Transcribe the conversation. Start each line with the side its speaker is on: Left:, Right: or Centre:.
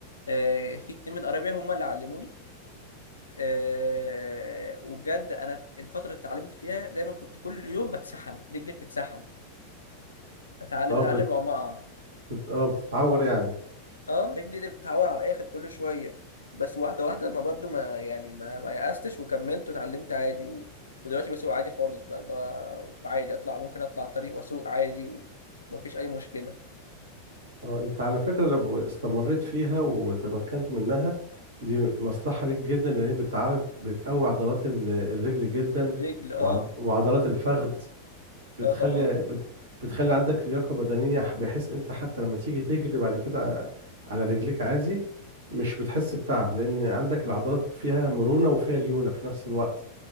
Left: آه في اتنين من قرايبي هم اللي علموني آه وبجد انا الفتره اللي اتعلمت فيها دايما كنت كل يوم بتسحم رجلي بتتسحم اتعلم
Right: اه
Left: اتعلم
Right: بت...
Left: وما اقع
Right: بت... اه بتتعور يعني
Left: اه رجلي دي بتتعور على الاخر كل شويه بس واحده واحده ما برضو ما يعني ما ما يأستش وكملت واتعلمت عادي و... ودلوقتي بسوق عادي خالص بقى اللي هو عادي اطلع ممكن اطلع طريق واسوق عادي ومفيش اي مشكله
Right: اه انت على فكرة لو استمريت فيها وتمكنت منها دي مصلحة ليك جدا لان هي بتعود بتقوي عضلات ال- الرجل جدا
Left: الرجل اه
Right: وعض... وعضلات الفخذ بتخلي
Left: اه طبعا
Right: بت... بتخلي عندك لياقة بدنية ح- بحيث انت حتى لما تيجي تجري بعد كده ع- على رجليك عادي مش بتحس بتعب لان عندك العضلات فيها مرونة وفيها ليونة في نفس الوقت